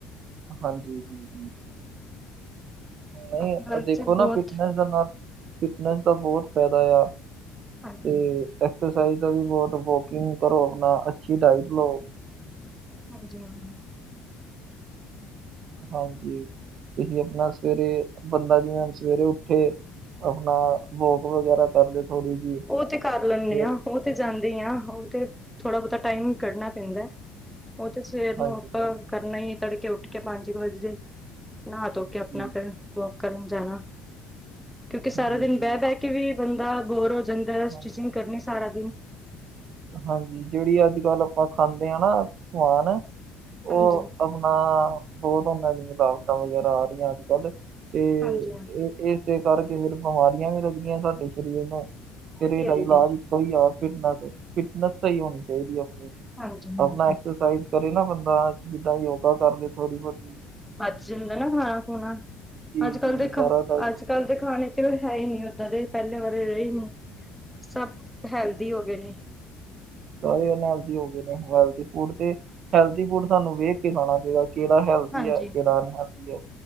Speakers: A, on the right; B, in the centre.
A: ਹਾਂਜੀ, ਜੀ-ਜੀ। ਨਹੀਂ
B: ਅੱਜ ਕੱਲ
A: ਦੇਖੋ
B: ਚ
A: ਨਾ
B: ਬਹੁਤ
A: ਫਿਟਨਸ ਦੇ ਨਾਲ ਫਿਟਨੈਸ ਦਾ ਬਹੁਤ ਫਾਇਦਾ ਯਾ।
B: ਹਾਂਜੀ,
A: ਤੇ ਐਕਰਸਾਈਜ਼ ਦਾ ਵੀ ਬਹੁਤ ਵੋਕਿੰਗ ਕਰੋ ਆਪਨਾ, ਅੱਛੀ ਡਾਇਟ ਲਓ।
B: ਹਾਂਜੀ, ਹਾਂਜੀ।
A: ਹਾਂਜੀ, ਤੁਸੀਂ ਆਪਣਾ ਸਵੇਰੇ, ਬੰਦਾ ਜਿਵੇਂ ਸਵੇਰੇ ਉੱਠੇ ਆਪਣਾ, ਵੋਕ ਵਗੈਰਾ ਕਰਦੇ ਥੋੜ੍ਹੀ ਜਿਹੀ
B: ਉਹ ਤੇ ਕਰ ਲੈਂਨੇ
A: ਫਿਰ
B: ਆ, ਉਹ ਤੇ ਜਾਂਦੇਈ ਆ, ਉਹ ਤੇ ਥੋੜ੍ਹਾ ਬਹੁਤਾ ਟਾਈਮ ਕੱਢਣਾ ਪੈਂਦੈ। ਉਹ ਤੇ ਸਵੇਰ
A: ਹਾਂਜੀ
B: ਨੂੰ ਆਪਾਂ ਕਰਨਾ ਹੀ ਤੜਕੇ ਉੱਠ ਕੇ ਪੰਜ ਕੁ ਵਜੇ, ਨਹਾ ਧੋ
A: ਹਾਂਜੀ
B: ਆਪਣਾ ਫਿਰ ਵੋਕ ਕਰਨ ਜਾਣਾ, ਕਿਉਂਕਿ ਸਾਰਾ
A: ਜੀ
B: ਦਿਨ
A: ਜੀ
B: ਬਹਿ ਬਹਿ ਵੀ ਬੰਦਾ ਬੋਰ ਹੋ ਜਾਂਦੈ, ਸਟਿਚਿੰਗ
A: ਹਾਂ-
B: ਕਰਨੀ ਸਾਰਾ ਦਿਨ
A: ਹਾਂਜੀ ਜਿਹੜੀ ਅੱਜ ਕੱਲ੍ਹ ਆਪਾਂ ਖਾਂਦੇ ਆਂ ਨਾ, ਸਮਾਨ, ਉਹ
B: ਹਾਂਜੀ,
A: ਬਹੁਤ ਉਹਨਾਂ ਦੀਆਂ ਲਾਵਤਾਂ ਵਗੈਰਾ ਆ ਰਹੀਆਂ ਅੱਜ ਕੱਲ। ਤੇ
B: ਹਾਂਜੀ, ਹਾਂਜੀ।
A: ਇਹ <unintelligible> ਏਸੇ ਕਰਕੇ ਫੇਰ ਬਿਮਾਰੀਆਂ ਵੀ ਲੱਗਦੀਆਂ ਸਾਡੇ ਸਰੀਰ ਨੂੰ,
B: ਉਹ
A: ਫਿਰ ਇਹਦਾ
B: ਤੇ ਹੈ ਹੀ
A: ਇਲਾਜ
B: ਹੈ।
A: ਸਹੀ ਫਿਟਨ ਫਿਟਨਸ ਸਹੀ ਹੋਣੀ ਚਾਹੀਦੀ ਆਪਨੀ,
B: ਹਾਂਜੀ, ਹਾਂਜੀ।
A: ਆਪਣਾ ਐਕਸਾਈਜ ਕਰੇ ਨਾ ਬੰਦਾ, ਜਿੱਦਾਂ ਯੋਗਾ ਕਰ ਲ ਥੋੜੀ ਬਹੁਤੀ
B: ਬੱਜ ਜਾਂਦਾ ਨਾ ਖਾਣਾ ਖੂਣਾ
A: ਜੀ
B: ਅੱਜ ਕੱਲ
A: ਜੀ
B: ਦੇਖ
A: ਸਾਰਾ ਟਾਈਮ
B: ਅੱਜ <unintelligible> ਕੱਲ ਦੇ ਖਾਣੇ ਚ ਹੈ ਹੀ ਨਹੀਂ ਓਦਾਂ ਦੇ ਪਹਿਲੇ ਵਾਰੇ ਰਏ ਨੀਂ, ਸਭ ਹੈਲਥ ਵਧੀ ਹੋ ਗਏ ਨੇ <unintelligible>
A: ਸਾਰੇਲ ਹੋ ਗਏ ਨੇਲ ਫੂਡ ਤੇ, <unintelligible> ਹੈਲਦੀ ਫੂਡ ਤੁਾਨੂੰ ਵੇਖ ਕੇ ਖਾਣਾ ਪਏਗਾ ਕਿਹੜਾ ਹੈਲਦੀ
B: ਹਾਂਜੀ।
A: ਐ, ਕਿਹੜਾ ਅਨਹੈਲਦੀ ਐ,